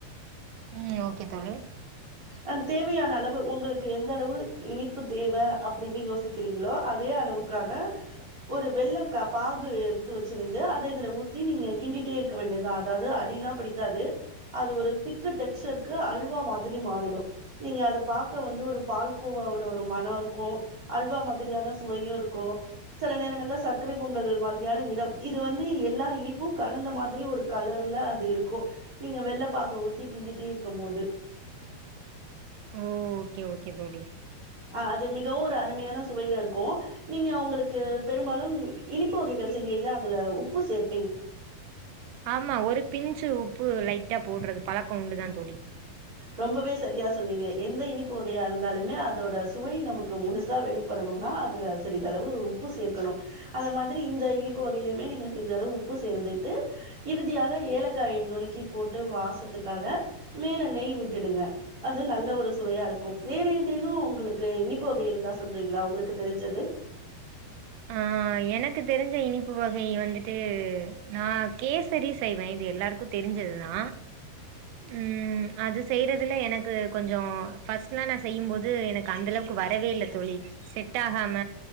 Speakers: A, on the right (about 85°); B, on the right (about 20°).
A: உம் ஓகே தோழி
B: அ தேவையான அளவு உங்களுக்கு எந்த அளவு இனிப்பு தேவ அப்டின்னு யோசிக்கிறீங்களோ அதே அளவுக்கான ஒரு க வெள்ள பாகு எடுத்து வச்சிருந்து அத இதுல ஊத்தி நீங்க கிண்டிட்டே இருக்க வேண்டியதா அதாவது அடியெல்லா பிடிக்காது அது ஒரு திக்கு டெக்ஸர்கக்கு அல்வா மாதிரி மாறி டு நீங்க அத பாக்க வந்து ஒரு பால்கோவாவோட ஒரு மணோ இருக்கு அல்வா மாதிரியான சுவையு இருக்கு சில நேரங்கள்ல சர்க்கரை பொங்கல் மாதிரியான நிறம் இது வந்து எல்லா இனிப்பும் கலந்த மாரி ஒரு கலர்ல அது இருக்கு நீங்க வெள்ளை பாக ஊத்தி கிண்டிட்டே இருக்கும் போது
A: ஓ ஓகே ஓகே தோழி
B: அஹ் அது மிகவு ஒரு அருமையான சுவையில இருக்கு நீங்க அவங்களுக்கு பெரும்பாலும் இனிப்பு வகைகள் செய்யல அதுல உப்பு சேர்க
A: ஆமா ஒரு பிஞ்சு உப்பு லைட்டா போடறது பழக்கோ உண்டுதா தோழி
B: ரொம்பவே சரியா சொன்னீங்க எந்த இனிப்பு வகையா இருந்தாலுமே அதோட சுவை நமக்கு முழுசா வெளிப்படணும்னா அதுல சிறிதளவு உப்பு சேர்க்கணு அந்த மாரி இந்த இனிப்பு வகையிலயுமே நீங்க சிறிதளவு உப்பு சேர்ந்துட்டு இறுதியாக ஏலக்காய நுணக்கி போட்டு வாசத்துக்காக மேல நெய் விட்டுடுங்க அது நல்ல ஒரு சுவையா இருக்கு வேற ஏதேனு உங்களுக்கு இனிப்பு வகை இருந்தா சொல்றீங்களா உங்களுக்கு தெரிஞ்சது
A: ஆஹ் எனக்கு தெரிஞ்ச இனிப்பு வகை வந்துட்டு நா கேசரி செய்வே இது எல்லாருக்கு தெரிஞ்சதுதா உஹம் அது செய்யறதுல எனக்கு கொஞ்சோ ஃபர்ஸ்ட்லா நா செய்யும்போது எனக்கு அந்த அளவுக்கு வரவே இல்ல தோழி செட் ஆகாம